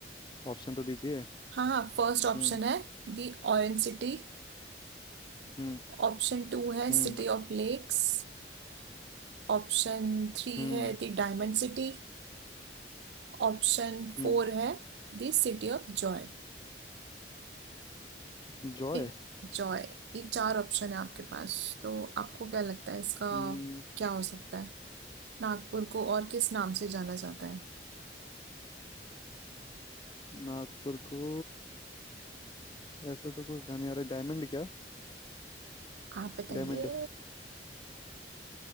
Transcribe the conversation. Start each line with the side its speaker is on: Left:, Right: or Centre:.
Left: ऑप्शन तो दीजिए
Right: हाँ हाँ फर्स्ट
Left: हम्म
Right: ऑप्शन है the orange city
Left: हम्म
Right: Option two है
Left: हम्म
Right: city of lakes Option three
Left: हम्म
Right: है the diamond city Option
Left: हम्म
Right: four है दी सिटी ऑफ जॉय
Left: जॉय
Right: एक जॉय ये चार ऑप्शन है आपके पास तो आपको क्या लगता है इसका
Left: हम्म
Right: क्या हो सकता है नागपुर को और किस नाम से जाना जाता है
Left: नागपुर को ऐसा तो कुछ ध्यान नहीं आ रहा डायमंड क्या
Right: आप बताइए
Left: डायमंड